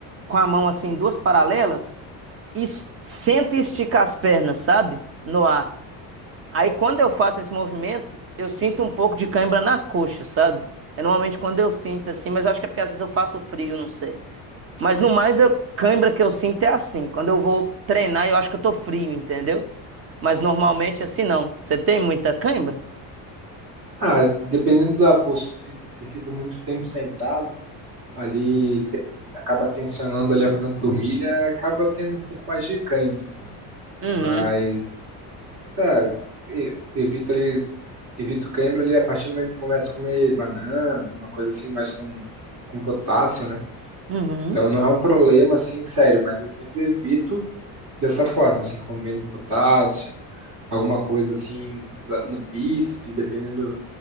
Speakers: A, on the right; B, on the right.
A: com a mão assim, duas paralelas, e s- senta e estica as pernas, sabe? No ar. Aí quando eu faço esse movimento, eu sinto um pouco de cãibra na coxa, sabe? É normalmente quando eu sinto assim, mas eu acho que é porque às vezes eu faço frio, não sei. Mas no mais, a cãibra que eu sinto é assim. Quando eu vou treinar, eu acho que eu tô frio, entendeu? Mas normalmente assim não. Você tem muita cãibra?
B: Ah, dependendo da postura, se fico muito tempo sentado, ali tens- acaba tensionando ali a panturrilha, acaba tendo um pouco mais de cãibra, assim.
A: Uhum,
B: Mas, tá, e- evito ali, evito cãibra ali a partir do momento que começo a comer banana, alguma coisa assim, mais com, com potássio, né?
A: uhum.
B: Então não é um problema, assim, sério, mas eu sempre evito dessa forma, assim, comendo potássio, alguma coisa assim, da- no bíceps, dependendo